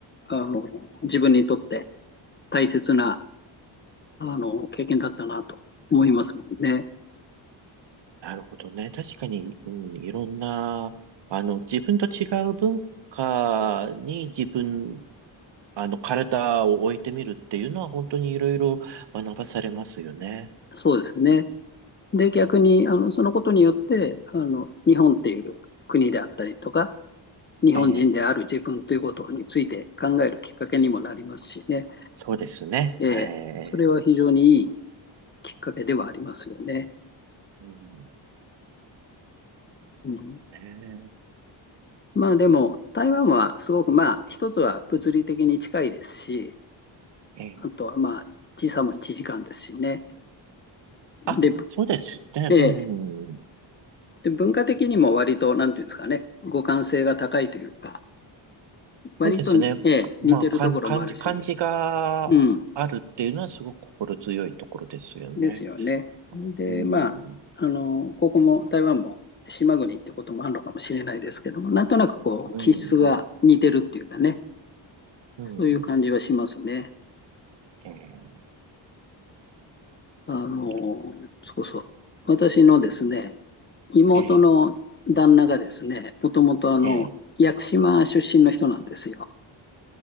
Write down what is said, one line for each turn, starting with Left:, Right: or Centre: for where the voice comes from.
Left: あの、自分にとって大切な、あの、経験だったなと思いますもんね。
Right: なるほどね。確かに、うん、いろんな、あの、自分と違う文化に自分、あの、体を置いてみるっていうのは本当にいろいろ学ばされますよね。
Left: そうですね。
Right: うん、
Left: で、逆に、あの、そのことによって、あの、日本っていう国であったりとか、日本人である自分ということについて考えるきっかけにもなりますしね。
Right: ええ、そうですね。
Left: えーそれは非常にいい
Right: はい。
Left: きっかけではありますよね。
Right: うん、
Left: うん
Right: ね
Left: まあでも、台湾はすごくまあ、一つは物理的に近いですし、
Right: えええ
Left: あとはまあ、時差も1時間ですしね。
Right: あ、
Left: で、
Right: そうですね。
Left: ええ
Right: うん。
Left: で文化的にも割と、なんていうんですかね、互換性が高いというか、割とに、
Right: そうですね。
Left: ええ似てるところもあるし、
Right: まあ感じ感じ感じがあるっていうのはすごく心強いところですよね。
Left: うん、ですよね。で、
Right: うんうん
Left: まあ、あの、ここも台湾も島国ってこともあるのかもしれないですけども、なんとなくこう、
Right: うん
Left: 気質が似てるっていうかね、
Right: うんうん
Left: そういう感じはしますね。
Right: ええ
Left: あの、
Right: 本当
Left: そうそう。私のですね、妹の旦那がですね、
Right: ええ
Left: もともとあの、
Right: ええ
Left: 屋久島出身の人なんですよ。